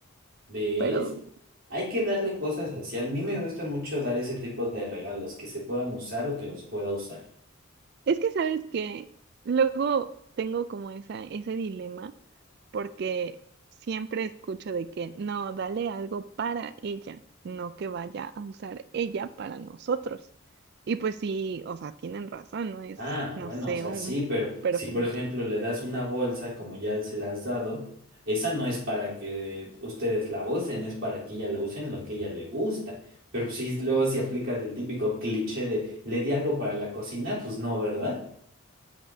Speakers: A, on the right (about 65°); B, on the right (about 50°).
A: ¿Ves?
B: pero
A: Hay que darle cosas así. A mí me gusta mucho dar ese tipo de regalos, que se puedan usar o que los pueda usar.
B: Es que sabes que luego tengo como esa, ese dilema porque siempre escucho de que no, dale algo para ella, no que vaya a usar ella para nosotros. Y pues sí, o sea, tienen razón, no es,
A: Ah,
B: no
A: bueno,
B: sé,
A: o sea,
B: un
A: sí, pero
B: perfumito.
A: si por ejemplo le das una bolsa como ya se la has dado, esa no es para que ustedes la usen, es para que ella la use en lo que ella le gusta. Pero si luego si aplicas el típico cliché de le di algo para la cocina, pues no, ¿verdad?